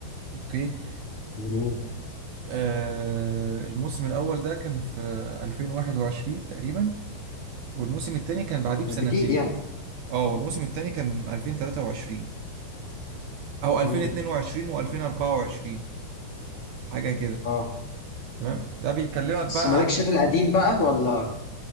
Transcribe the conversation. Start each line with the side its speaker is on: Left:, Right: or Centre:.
Right: اوكي
Left: جميل
Right: آه الموسم الأول ده كان في 2021 تقريبا والموسم التاني كان بعديه بسنتين
Left: ده جديد يعني
Right: اه والموسم التاني كان 2023 أو 2022
Left: امم
Right: و2024 حاجة كده
Left: اه
Right: تمام ده بيكلمك بقى
Left: بس مالكش في القديم بقى ولا